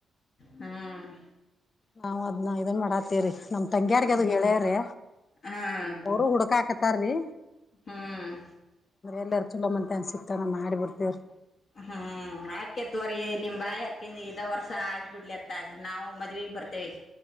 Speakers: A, on the left; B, on the left.
A: ಹ್ಮ್
B: ನಾವ್ ಅದ್ನ ಇದನ್ ಮಾಡತ್ತೀರಿ ನಮ ತಂಗಿಯಾರ್ಗ
A: ಹ್ಮ್
B: ಅದು ಹೇಳ್ಯವ್ರಿ
A: ಹ್ಮ್
B: ಅವರು ಹುಡ್ಕ ಹಾಕತಾರಿ
A: ಹ್ಮ್
B: ಎಲ್ಲಾರ ಚಲೋ ಮನ್ತ್ಯಾನ ಸಿಕ್ತಾನ ಮಾಡಿ ಬಿಡ್ತೇವ್ರಿ
A: ಹ್ಮ್ ಆಕೆ ತೋರಿ ನಿಮ್ ಬಾಯರ್ಕ ಯಾಕಂದ ಇದದು ವರ್ಷ ಆಗಿಬ ಬಿಡ್ಲಿ ಅತ್ತಾಗ ನಾವು ಮದುವೆಗೆ ಬರ್ತೇವಿ